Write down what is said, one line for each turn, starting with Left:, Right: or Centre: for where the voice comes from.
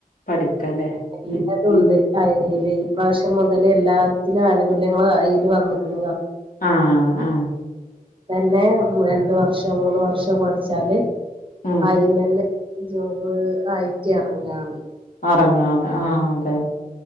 Left: പഠിക്കല്ലേ
Right: എല്ലതുണ്ട്
Left: ഉം
Right: അയ്ല് ഈ പ്രാവശ്യ മുതല് എല്ലാത്തിനും ആനുകൂല്യങ്ങളും അയ്ല് വന്നിക്കണ്
Left: ആ ആ
Right: പിന്നെ രണ്ട് വർഷോ മൂന്ന് വർഷോ പഠിച്ചാല്
Left: ഉം
Right: അയ്ന്നന്നെ ജോ ബ് ആയിട്ട് ഇറങ്ങാന്ന്
Left: അറങ്ങാന്ന് ആ അതെ